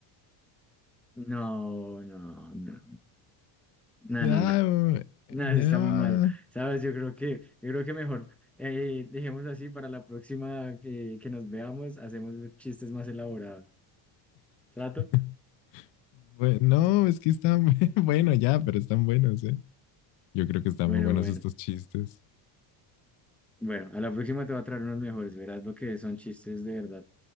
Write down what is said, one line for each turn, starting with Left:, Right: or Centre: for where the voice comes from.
Centre: No, no, no, no,
Left: Ah,
Centre: no, no, no,
Left: no.
Centre: eso está muy malo, ¿sabes? Yo creo que, yo creo que mejor, eh, dejemos así para la próxima que, que nos veamos, hacemos chistes más elaborados, ¿trato?
Left: <laughs> Bueno, no, es que están, <laughs> bueno ya, pero están buenos, ¿eh? Yo creo que están
Centre: Bueno,
Left: muy buenos
Centre: bueno,
Left: estos chistes.
Centre: bueno, a la próxima te voy a traer unos mejores, verás lo que son chistes de verdad.